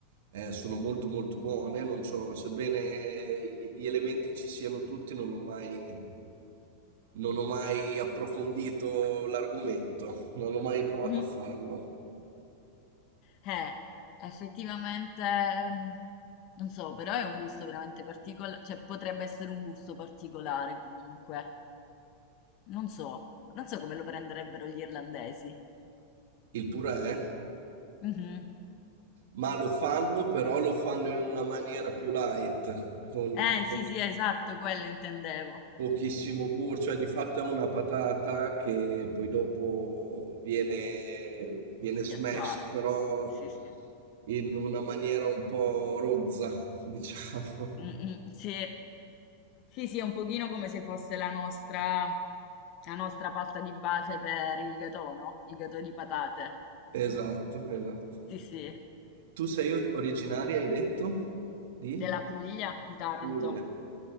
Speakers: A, on the right; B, on the left.
A: eh, sono molto molto buone, non so, sebbene gli gli elementi ci siano tutti, non ho mai, non ho mai approfondito l'argomento, non ho mai provato
B: mhm.
A: a farlo.
B: Eh, effettivamente, mm, non so, però è un gusto veramente particolare, cioè potrebbe essere un gusto particolare comunque. Non so, non so come lo prenderebbero gli irlandesi.
A: Il purè?
B: Mhm.
A: Ma lo fanno, però lo fanno in una maniera più light, con
B: Eh,
A: po-
B: sì, sì, esatto, quello intendevo.
A: pochissimo burro, cioè di fatto è una patata che poi dopo viene, viene
B: Schiacciato.
A: smashed, però
B: Sì, sì.
A: in una maniera un po' rozza, <laughs> diciamo.
B: Mm, mm, sì. Sì, sì, è un pochino come se fosse la nostra, la nostra pasta di base per il gatò, no? Il gatò di patate.
A: Esatto, esatto.
B: Sì, sì,
A: Tu sei o- originaria, hai detto, di
B: della Puglia, di Taranto.
A: Puglia.